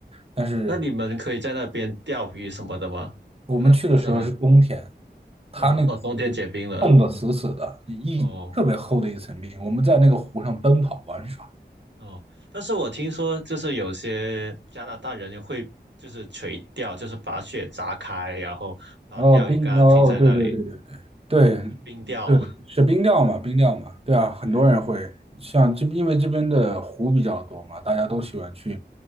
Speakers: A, on the right; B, on the right.
A: 但嗯是
B: 哦那你们可以在那边钓鱼什么的吗？
A: 我们去的时候是冬天，
B: 在湖上面，
A: 它那个湖冻得死死的，
B: 哦哦，冬天结冰了，
A: 一特别厚的一层冰。
B: 哦
A: 我们在那个湖上奔跑玩耍。
B: 哦，但是我听说就是有些加拿大人会就是垂钓，就是把雪砸开，然后把钓鱼竿停在那里
A: 哦，冰，哦，对对对对，对，
B: 冰钓，
A: 是冰钓嘛，冰钓嘛，对啊，很多人会像这，
B: <laughs>
A: 因为这边的湖比较多嘛，大家都喜欢去